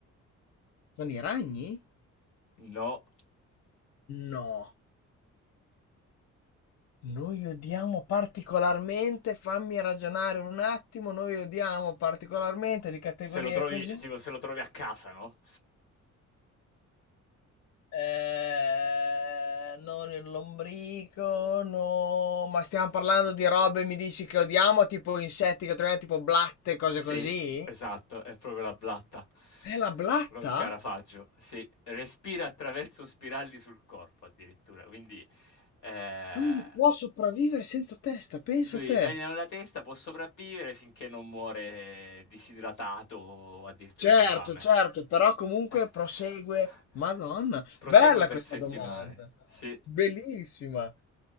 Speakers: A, on the left (about 60°); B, on the left (about 80°).
A: Sono i ragni?
B: No.
A: No. Noi odiamo particolarmente, fammi ragionare un attimo, noi odiamo particolarmente di categorie
B: Se lo trovi,
A: così,
B: tipo, se lo trovi a casa, no?
A: eh, non il lombrico, no, ma stiamo parlando di robe, mi dici che odiamo, tipo insetti che troviamo, tipo blatte, cose
B: Sì,
A: così?
B: esatto, è proprio la blatta.
A: È la blatta?
B: Lo scarafaggio, sì, respira attraverso spirali sul corpo addirittura, quindi eh,
A: Quindi può sopravvivere senza testa, pensa
B: lui
A: te.
B: taglia la testa, può sopravvivere finché non muore disidratato o addirittura
A: Certo,
B: di fame.
A: certo, però comunque
B: <laughs>
A: prosegue. Madonna,
B: Prosegue
A: bella
B: per
A: questa
B: settimane,
A: domanda.
B: sì.
A: Bellissima.